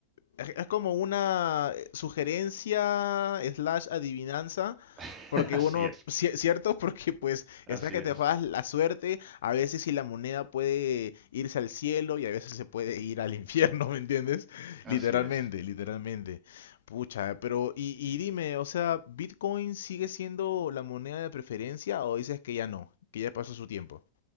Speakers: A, on the left; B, on the right.
A: es, es como una eh, sugerencia slash adivinanza
B: <laughs>
A: Porque
B: Así
A: uno,
B: es.
A: cie- cierto, <laughs> porque pues
B: Así
A: está que
B: es,
A: te juegas la suerte, a veces si la moneda puede irse al cielo y a veces se puede ir al infierno, <laughs> ¿me entiendes?
B: así
A: Literalmente,
B: es.
A: literalmente. Pucha, pero y, y dime, o sea, ¿Bitcoin sigue siendo la moneda de preferencia o dices que ya no, que ya pasó su tiempo?